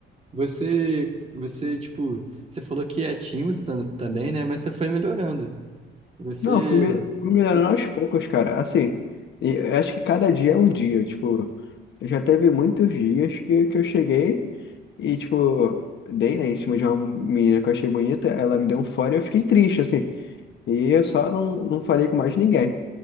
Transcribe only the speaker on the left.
Não, fui, mel- fui melhorando
aos poucos, cara. Assim, e eu acho que cada dia é um dia. Tipo, já teve muitos dias que, que eu cheguei e, tipo, dei, né, em cima de uma menina que eu achei bonita. Ela me deu um fora e eu fiquei triste, assim. E eu só não, não falei com mais ninguém.